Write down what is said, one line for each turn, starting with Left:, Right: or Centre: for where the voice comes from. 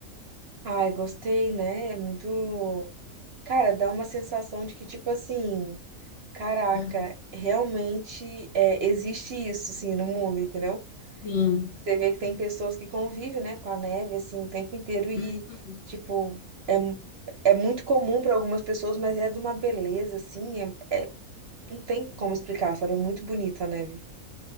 Right: Ai, gostei, né? É muito. Cara, dá uma sensação de que, tipo assim, caraca,
Left: Aham.
Right: realmente é, existe isso, assim, no mundo, entendeu?
Left: Sim.
Right: Você vê que tem pessoas que convivem, né, com a neve, assim, o tempo inteiro e,
Left: Uhum.
Right: tipo, é, é muito comum para algumas pessoas, mas é de uma beleza, assim, é, é- não tem como explicar, sabe? É muito bonita a neve.